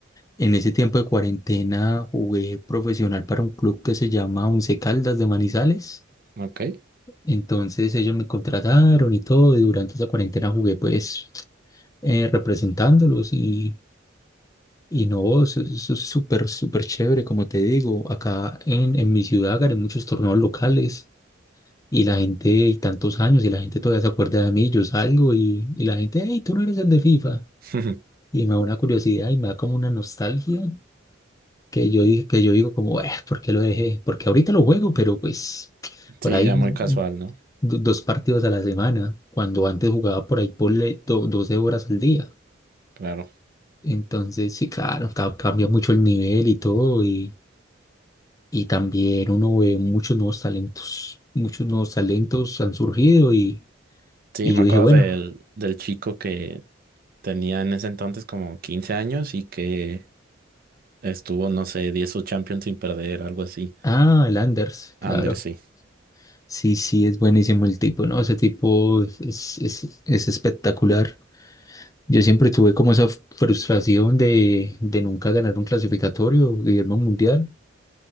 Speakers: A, on the left; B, on the right.
A: En ese tiempo de cuarentena jugué profesional para un club que se llama Once Caldas de Manizales.
B: Ok.
A: Entonces ellos me contrataron y todo, y durante esa cuarentena jugué pues eh, representándolos y, y no, eso, eso es súper, súper chévere, como te digo. Acá en, en mi ciudad gané muchos torneos locales Y la gente, y tantos años, y la gente todavía se acuerda de mí, yo salgo y, y la gente, hey, tú no eres el de FIFA.
B: <laughs>
A: Y me da una curiosidad y me da como una nostalgia que yo, di- que yo digo como, eh, ¿por qué lo dejé? Porque ahorita lo juego, pero pues
B: Sí,
A: por ahí
B: ya
A: un-
B: muy casual, ¿no?
A: do- dos partidos a la semana, cuando antes jugaba por ahí por 12 horas al día.
B: Claro.
A: Entonces, sí, claro, ca- cambia mucho el nivel y todo, y, y también uno ve muchos nuevos talentos, muchos nuevos talentos han surgido y...
B: Sí,
A: Y
B: me
A: yo
B: acuerdo
A: dije, bueno,
B: del, del chico que tenía en ese entonces como 15 años y que estuvo, no sé, 10 o Champions sin perder, algo así.
A: Ah, el Anders,
B: Under,
A: claro.
B: sí.
A: Sí, sí, es buenísimo el tipo, ¿no? Ese tipo es, es, es- es espectacular. Yo siempre tuve como esa frustración de, de nunca ganar un clasificatorio, Guillermo Mundial.